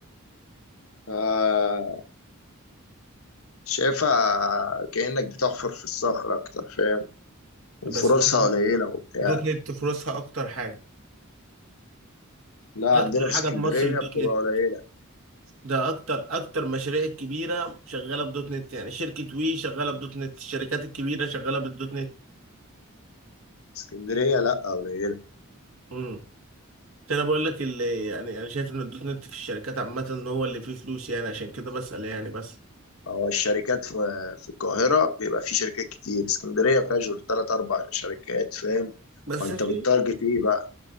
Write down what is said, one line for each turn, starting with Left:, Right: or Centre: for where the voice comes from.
Left: آه شايفها كأنك بتحفر في الصخر أكتر فاهم وفرصها
Right: بس
Left: قليلة وبتاع
Right: الدوت نت فرصها اكتر حاجه
Left: لا
Right: اكتر
Left: عندنا في
Right: حاجه
Left: اسكندرية
Right: في مصر الدوت
Left: بتبقى
Right: نت
Left: قليلة
Right: ده اكتر اكتر مشاريع كبيره شغاله بدوت نت يعني شركه وي شغاله بدوت نت الشركات الكبيره شغاله بالدوت
Left: اسكندرية لا قليلة
Right: نت عشان انا بقول لك اللي يعني انا شايف ان الدوت نت في الشركات عامه ان هو اللي فيه فلوس يعني عشان كده بسأل يعني بس
Left: هو الشركات في, في القاهرة بيبقى في شركات كتير اسكندرية فيها غير تلات أربع شركات فاهم
Right: بس
Left: فأنت
Right: في
Left: بتتارجت إيه بقى